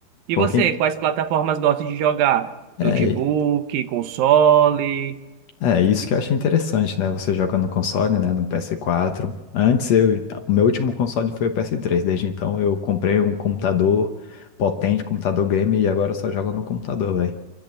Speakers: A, on the right; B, on the left.
A: E
B: Pouquinho.
A: você, quais plataformas gosta de jogar?
B: É,
A: Notebook, console?
B: É, isso que eu achei interessante, né? Você joga no console, né? No PS4. Antes, eu, o meu último console foi o PS3. Desde então, eu comprei um computador potente, computador game, e agora eu só jogo no computador, velho.